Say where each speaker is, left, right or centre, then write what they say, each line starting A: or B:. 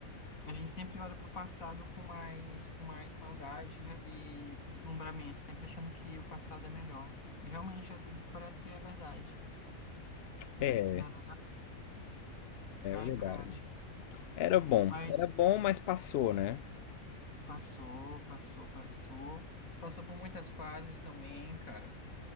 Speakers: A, on the left; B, on the left.
A: A gente sempre olha pro passado com mais, com mais saudade e deslumbramento, sempre achando que o passado é melhor. E realmente, às vezes, parece que é verdade. Na
B: É,
A: ver- na verdade, ai,
B: verdade.
A: cara.
B: Era bom.
A: Mas
B: Era bom, mas passou, né?
A: Passou, passou, passou. Passou por muitas fases também, cara.